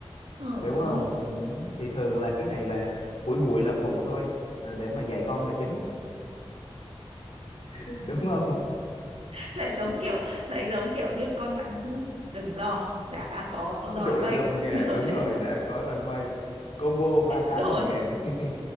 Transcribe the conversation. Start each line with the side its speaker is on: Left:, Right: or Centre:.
Right: ờ
Left: đúng không Ừm, thì thường là cái này là phủi bụi là phụ thôi ờ, để mà dạy con là chính <laughs> đúng không
Right: <laughs> lại giống kiểu lại giống kiểu như con bạn hư đừng lo đã có dòi
Left: trội
Right: bay
Left: lông gà
Right: <laughs> ở
Left: đúng
Right: đấy
Left: rồi đã có rồi mây combo ba cái
Right: rồi
Left: mười ngàn <laughs>